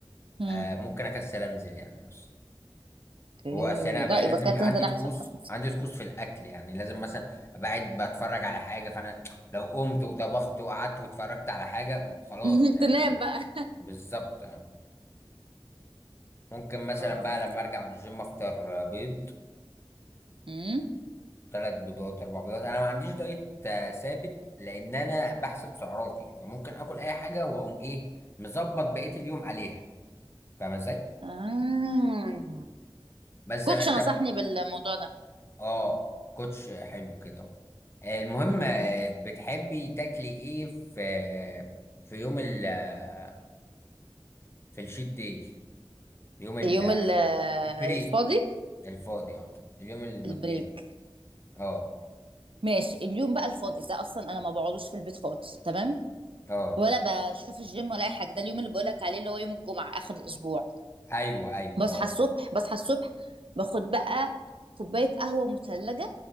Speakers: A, on the right; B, on the left.
A: مم.
B: آه، ممكن اكسل انزل يعني بس
A: اوكي
B: هو اصل انا بقى
A: لا يبقى
B: لازم
A: كده
B: عندي
A: تنزل
B: طقوس
A: احسن بقى
B: عندي طقوس في الاكل يعني لازم مثلا ابقى قاعد بتفرج على حاجه فانا لو قمت وطبخت وقعدت واتفرجت على حاجه م- خلاص
A: <laughs>
B: يعني
A: تنام بقى
B: بالظبط آه. ممكن مثلا
A: اه
B: بقى لما ارجع من الجيم افطر آه، بيض
A: امم
B: ثلاث بيضات اربع بيضات انا ما عنديش دايت آه، ثابت لان انا بحسب سعراتي فممكن اكل اي حاجه واقوم ايه مظبط بقيه اليوم عليها فاهم ازاي
A: آه.
B: مثلا
A: كوتش نصحني
B: طب
A: بالموضوع ده
B: اه كوتش حلو كده اهو آه، المهم
A: مم.
B: آه، بتحبي تاكلي ايه في آه، في يوم ال آه، في الشيت داي يوم ال-
A: اليوم
B: آه،
A: ال-
B: البري
A: الفاضي
B: الفاضي اه اليوم المجاني
A: البريك
B: اه
A: ماشي اليوم بقى الفاضي ده اصلا انا ما بقعدوش في البيت خالص تمام
B: اه
A: ولا بشوف الجيم ولا اي حاجه ده اليوم اللي بقولك عليه اللي هو يوم الجمعه اخر الاسبوع
B: ايوه ايوه
A: بصحى
B: اه
A: الصبح بصحى الصبح باخد بقى كوباية قهوة مثلجة